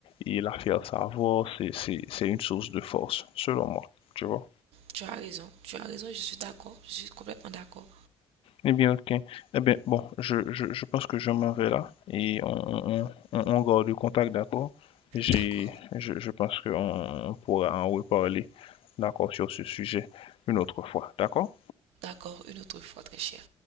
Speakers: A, on the left; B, on the right.
A: et la faire savoir, c'est, c'est, c'est une source de force, selon moi, tu vois.
B: Tu as raison, tu as raison, je suis d'accord, je suis complètement d'accord.
A: Eh bien, ok. Eh bien, bon, je, je, je pense que je m'en vais là et on, on, on, on garde le contact, d'accord? J'ai,
B: D'accord,
A: je, je pense qu'on on pourra en reparler, d'accord, sur ce sujet une autre fois, d'accord?
B: d'accord, une autre fois, très cher.